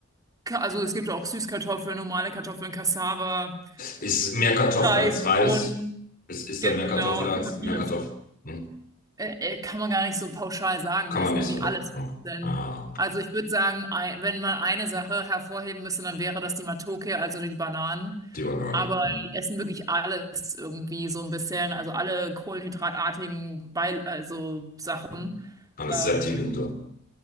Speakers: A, on the right; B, on the left.
A: Ka- also es gibt auch Süßkartoffeln, normale Kartoffeln, Cassava,
B: Ist mehr Kartoffel
A: Reis,
B: als Reis?
A: Bohnen,
B: Ist, ist
A: genau,
B: da mehr Kartoffel
A: es
B: als
A: gibt auch
B: mehr
A: vieles.
B: Kartoffel? Hm.
A: äh, äh, kann man gar nicht so pauschal sagen.
B: Kann
A: Die essen
B: man nicht
A: irgendwie
B: sogar.
A: alles.
B: Okay.
A: Denn,
B: Ah, okay.
A: also ich würde sagen, ei- wenn man eine Sache hervorheben müsste, dann wäre das die Matoke, also die Bananen.
B: Die Banane.
A: Aber
B: Hm.
A: die essen wirklich alles irgendwie so ein bisschen. Also alle kohlenhydratartigen Beil also Sachen.
B: Hm. Alles
A: Ähm,
B: sättigend. so.